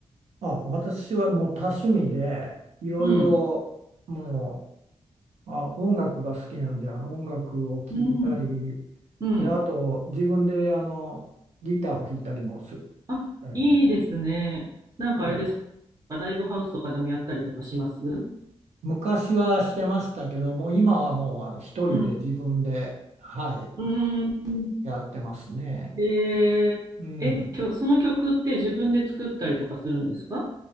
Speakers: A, on the right; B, on the right.
A: あ、私はもう多趣味で、いろいろ、
B: うん、
A: もう、あ、音楽が好きなんで、あの、音楽を聴いたり、
B: うん、うん。
A: で、あと、自分で、あの、ギターを弾いたりもす
B: あ、
A: たり、
B: いいですね。なんかあれですか、
A: ええ。
B: ライブハウスとかでもやったりとかしますう
A: 昔はしてましたけど、もう今はもう、あの、一人で自分で、
B: ん。
A: はい。
B: うーん。
A: やってますね。
B: えー、
A: うん。
B: え、きょ、その曲って自分で作ったりとかするんですか